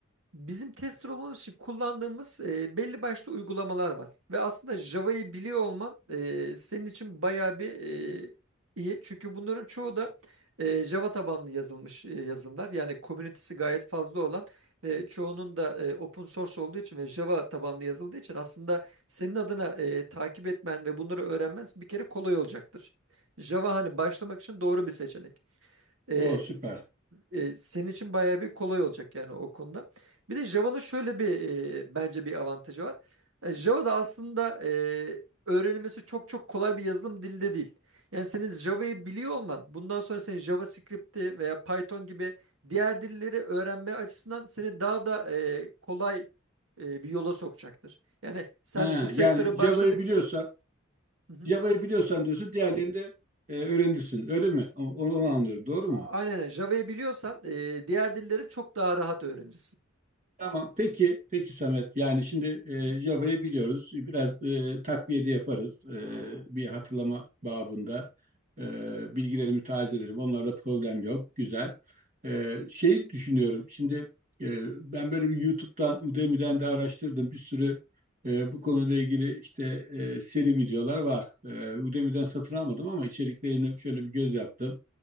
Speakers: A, on the right; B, on the right.
A: Bizim tester olmamız için kullandığımız e, belli başlı uygulamalar var. Ve aslında Java'yı biliyor olman e, senin için bayağı bir e, iyi. Çünkü bunların çoğu da e, Java tabanlı yazılmış e, yazılımlar. Yani komünitesi gayet fazla olan ve çoğunun da e, open source olduğu için ve Java tabanlı yazıldığı için aslında senin adına e, takip etmen ve bunları öğrenmen bir kere kolay olacaktır. Java hani başlamak için doğru bir seçenek. Ee,
B: o süper.
A: e, senin için bayağı bir kolay olacak yani o konuda. Bir de Java'nın şöyle bir e, bence bir avantajı var. E, Java da aslında e, öğrenilmesi çok çok kolay bir yazılım dili de değil. Yani senin Java'yı biliyor olman bundan sonra senin JavaScript'i veya Python gibi diğer dilleri öğrenme açısından seni daha da e, kolay e, bir yola sokacaktır. Yani sen
B: Ha,
A: bu sektöre
B: yani Java'yı
A: başladıkta
B: biliyorsan
A: Hı hı.
B: Java'yı biliyorsan diyorsun diğerlerini de e, öğrenirsin. Öyle mi? Onu, onu anlıyorum. Doğru
A: aynen
B: mu?
A: öyle. Java'yı biliyorsan e, diğer dilleri çok daha rahat öğrenirsin.
B: Tamam. Peki, peki Samet. Yani şimdi e, Java'yı biliyoruz. Biraz e, takviye de yaparız. E, bir hatırlama babında e, bilgilerimi tazelerim. Onlarda problem yok. Güzel. E, şey düşünüyorum. Şimdi e, ben böyle bir YouTube'dan, Udemy'den de araştırdım. Bir sürü e, bu konuyla ilgili işte e, seri videolar var. E, Udemy'den satın almadım ama içeriklerini şöyle bir göz yaptım.